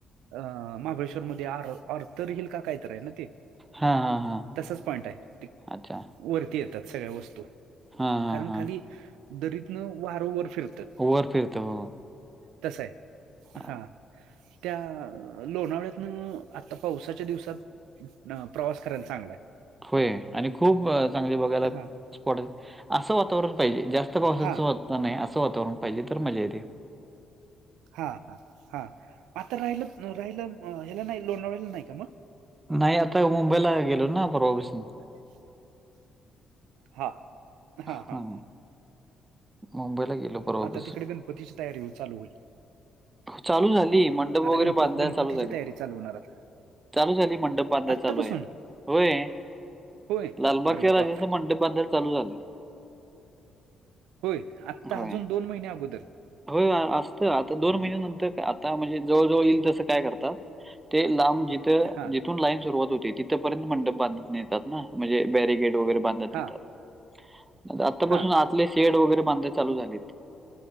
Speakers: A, on the right; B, on the right.
A: अ महाबळेश्वर मध्ये आर ऑर्थर हिल का काय तर आहे ना ते.
B: हां, हां, हां.
A: तसचं पॉइंट आहे.
B: अच्छा.
A: वरती येतात. सगळ्या वस्तू
B: हां, हां,
A: कारण
B: हां.
A: खाली दरीतनं वारंवर फिरत.
B: वर फिरत हो.
A: तसा आहे.
B: हां.
A: हा, त्या लोणावळ्यातनं आता पावसाच्या दिवसात न प्रवास करायला चांगलाय.
B: होय. आणि खूप चांगले बघायला
A: हा
B: स्पॉट असं वातावरण पाहिजे जास्त पावसाच
A: हा
B: वाता च नाही. असं वातावरण पाहिजे तर मजा येते.
A: हा हा हा, आता राहिलत राहिला हेला नाही लोणावळा नाही का मग?
B: नाही आता मुंबईला गेलो ना, परवापासून.
A: <unintelligible> हा, हा
B: हां.
A: हा हा,
B: मुंबईला गेलो परवापासून.
A: आता तिकडे गण गणपतीची तयारी हो चालू होईल.
B: चालू झाली. मंडप
A: आता
B: वगैरे
A: गणप
B: बांधायला
A: गणपतीची
B: चालू झाले.
A: तयारी चालू होणार आता
B: चालू झाली. मंडप बांधाय
A: आत्तापासून
B: चालू आहेत. होय.
A: होय
B: लालबागच्या
A: अरे
B: राजाचा
A: बाप
B: मंडप <unintelligible> चालू झालंय.
A: होय आत्ता
B: होय.
A: अजून दोन महिन्या अगोदर.
B: होय असतंय. दोन
A: हम्म.
B: महिन्यानंतर आता म्हणजे जवळ जवळ येईल तसं काय करतात ते लांब जिथ.
A: हा
B: लाईन सुरुवात होते, तिथपर्यंत मंडप बांधत नेतात ना म्हणजे बॅरिगेट वगैरे बांधत
A: हा
B: नेतात. आतापासून
A: हा
B: आतले शेड वगैरे बांधय चालू झालेय.